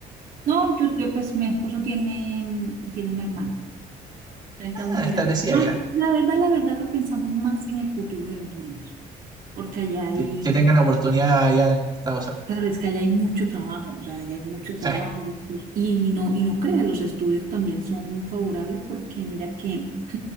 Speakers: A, on the right (about 55°); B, on the right (about 25°).
A: No, yo, yo, pues mi esposo tiene, mm, tiene una hermana. Estamos
B: Ah,
A: mirando
B: establecida
A: más,
B: allá.
A: la verdad, la verdad lo pensamos más en el futuro de los niños, porque allá hay,
B: Que, que tengan oportunidad allá en Estados Unidos.
A: claro, es que allá hay mucho trabajo, o sea, allá hay mucho
B: Sí,
A: trabajo y no, y no crea, los estudios también son favorables porque mira que, <clears throat>